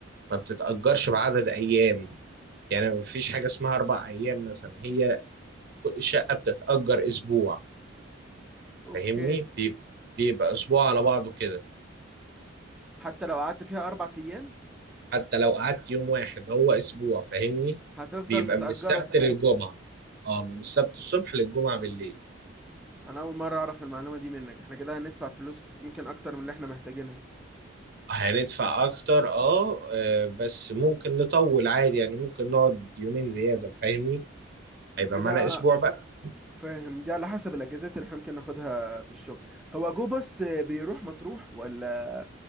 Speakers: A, on the right (about 50°); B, in the centre.
A: ما بتتأجرش بعدد ايام يعني ما فيش حاجة اسمها اربع ايام مثلا هي الشقة بتتأجر اسبوع
B: اوكي
A: فاهمني بيب- بيبقى اسبوع على بعضه كده
B: حتى لو قعدت فيها أربع أيام
A: حتى لو قعدت يوم واحد هو اسبوع فاهمني
B: هتفضل
A: بيبقى
B: متأجرة
A: من السبت
B: أسبوع
A: للجمعة اه من السبت الصبح للجمعة بالليل
B: أنا أول مرة أعرف المعلومة دي منك احنا كده هندفع فلوس ممكن أكتر من اللي احنا محتاجينها
A: هندفع اكتر اه آه، بس ممكن نطول عادي يعني ممكن نقعد يومين زيادة فاهمني
B: دي
A: هيبقى معانا
B: بقى
A: اسبوع بقى
B: فاهم دي على حسب الأجازات اللي احنا ممكن ناخدها في الشغل هو جو بس بيروح مطروح ولا